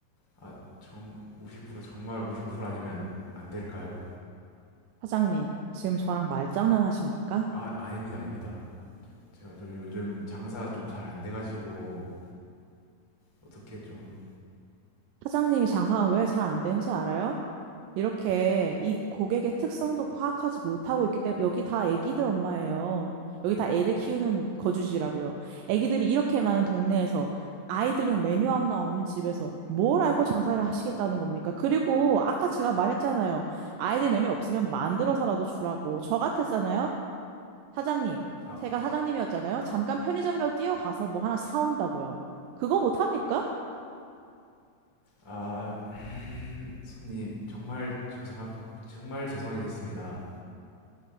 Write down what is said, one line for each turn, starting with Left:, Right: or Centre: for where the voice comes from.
Left: 아, 정, 50% 정말 50% 아니면 안 될까요?
Right: 사장님, 지금 저랑 말장난 하십니까?
Left: 아, 아닙니다. 아닙니다. 제가 좀 요즘 장사가 좀 잘 안 돼가지고 어떻게 좀
Right: 사장님이 장사가 왜 잘 안 되는지 알아요? 이렇게 이 고객의 특성도 파악하지 못하고 있기 때문에 여기 다 애기들 엄마예요. 여기 다 애들 키우는 거주지라고요. 애기들이 이렇게 많은 동네에서 아이들용 메뉴 하나 없는 집에서 뭘 알고 장사를 하시겠다는 겁니까? 그리고 아까 제가 말했잖아요. 아이들 메뉴 없으면 만들어서라도 주라고. 저 같았잖아요. 사장님.
Left: 아,
Right: 제가 사장님이었잖아요. 잠깐 편의점이라도 뛰어가서 뭐 하나 사온다고요. 그거 못합니까?
Left: 아, 손님, 정말 죄송하, 정말 죄송하게 됐습니다.